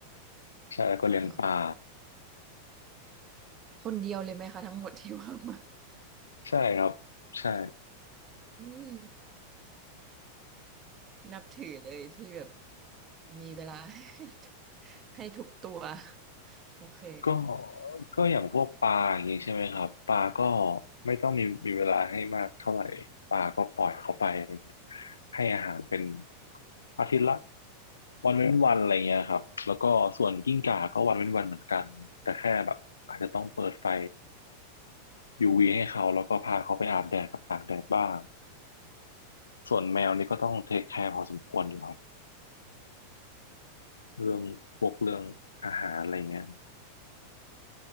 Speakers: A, on the left (about 75°); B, on the right (about 30°).
A: ใช่แล้วก็เลี้ยงปลา
B: ค่ะคนเดียวเลยไหมคะทั้งหมดที่ว่ามา <laughs>
A: ใช่ครับใช่
B: อุ้ยนับถือเลยที่แบบมีเวลาให้ทุกให้ทุกตัวโอเค
A: ก็ก็อย่างพวกปลาอย่างนี้ใช่ไหมครับปลาก็ไม่ต้องมีมีเวลาให้มากเท่าไหร่ปลาก็ปล่อยเขาไปอะไรเงี้ยให้อาหารเป็นอาทิตย์ละวันเว้นวันอะไรเงี้ยครับแล้วก็ส่วนกิ้งก่าก็วันเว้นวันเหมือนกันแต่แค่แบบอาจจะต้องเปิดไฟยูวีให้เขาแล้วก็พาเขาไปอาบแดดกับตากแดดบ้างส่วนแมวนี่ก็ต้องเทคแคร์พอสมควรอยู่ครับเรื่องพวกเรื่องอาหารอะไรเงี้ย